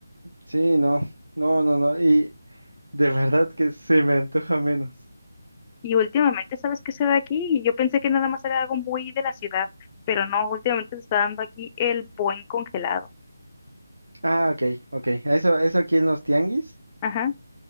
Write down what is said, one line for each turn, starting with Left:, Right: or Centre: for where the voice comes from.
Right: Sí, no, no, no, no, y de verdad que se me antoja menos.
Left: Y últimamente, ¿sabes qué se da aquí? Y yo pensé que nada más era algo muy de la ciudad, pero no, últimamente se está dando aquí el buen congelado.
Right: Ah, ok, ok, eso, eso aquí en los tianguis.
Left: Ajá.